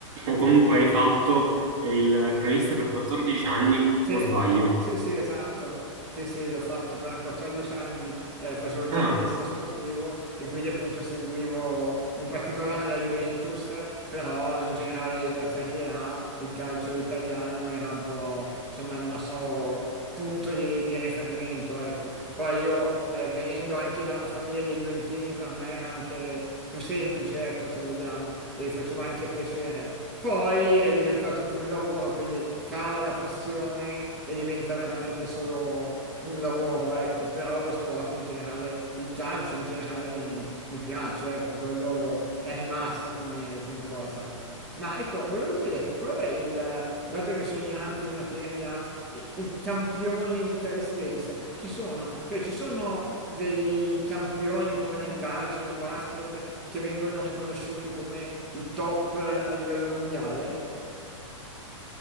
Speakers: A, on the right; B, in the centre.
A: o comunque hai fatto, eh, il cronista per 14 anni,
B: Sì,
A: o sbaglio?
B: sì, sì, esatto. Sì, sì, l'ho fatto per 14 anni, eh, facevo il giornalista
A: Ah.
B: sportivo e quindi appunto seguivo in particolare la Juventus, però in generale la Serie A, il calcio italiano era un po' insomma il nostro punto di, di riferimento, ecco. Poi io eh, venendo anche da una famiglia di Juventini per me era anche più semplice, ecco, se vogliamo, e faceva anche piacere. Poi è diventato più un lavoro, quindi cala la passione e diventa veramente solo un lavoro, ecco. Però lo sport in generale, il calcio in generale mi, mi piace, ecco, quello è rimasto come, come cosa. Ma ecco, volevo chiederti qual è il, dato che sono ignorante in materia, i, i campioni di calisthenics, chi sono? Cioè ci sono dei campioni come nel calcio, nel basket, che vengono riconosciuti come i top a livello mondiale?